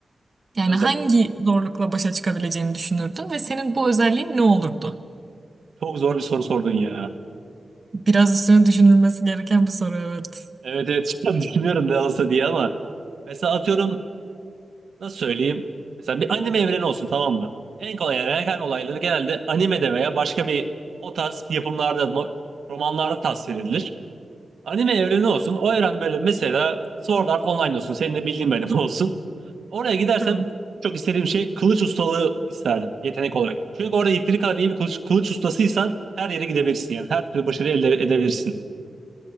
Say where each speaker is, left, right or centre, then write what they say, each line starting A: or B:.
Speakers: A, on the right; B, on the right.
A: Yani
B: Özel.
A: hangi zorlukla başa çıkabileceğini düşünürdün ve senin bu özelliğin ne olurdu?
B: Çok zor bir soru sordun ya.
A: Biraz üstüne düşünülmesi gereken bir soru evet.
B: Evet evet şu an <laughs> düşünüyorum ne olsa diye ama mesela atıyorum nasıl söyleyeyim mesela bir anime evreni olsun tamam mı? En kolay erken olayları genelde animede veya başka bir o tarz yapımlarda no- romanlarda tasvir edilir. Anime evreni olsun o evren böyle mesela Sword Art Online olsun senin de bildiğin benim <laughs> olsun. Oraya gidersem
A: Tamam.
B: çok istediğim şey kılıç ustalığı isterdim yetenek olarak. Çünkü orada yeteri kadar iyi bir kılıç, kılıç ustasıysan her yere gidebilirsin yani her türlü başarı elde edebilirsin.